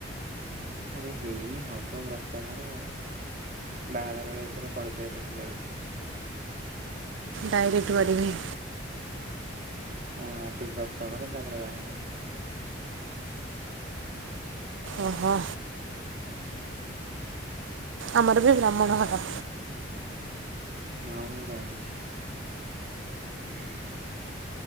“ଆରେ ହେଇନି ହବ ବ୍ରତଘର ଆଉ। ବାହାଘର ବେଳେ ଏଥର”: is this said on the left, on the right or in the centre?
Right